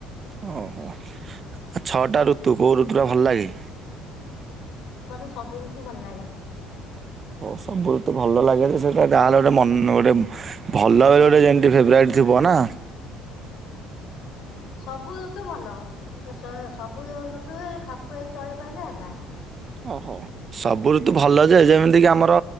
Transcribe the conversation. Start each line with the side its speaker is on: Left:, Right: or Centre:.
Right: ଓହୋ ଆଉ ଛଅଟା ଋତୁ କୋଉ ଋତୁ ଟା ଭଲ ଲାଗେ?
Left: ମତେ ସବୁ ଋତୁ ଭଲ ଲାଗେ।
Right: ସବୁବେଳେ ଋତୁ ଭଲ ଲାଗେ ଯେ ସେଇଟା ଗାଁରେ ଗୋଟେ ମନ ଗୋଟେ ଭଲ ଗୋଟେ ଯେମିତି ଫେବରାଇଟ୍ ଥିବ ନା?
Left: ସବୁ ଋତୁ ଭଲ ସ ସବୁ ଋତୁ ଖାପ ଖୁଆଇ ଚଳେଇ ପାଇଲେ ହେଲା।
Right: ଓହୋ ସବୁ ଋତୁ ଭଲ ଯେ ଯେମିତି କି ଆମର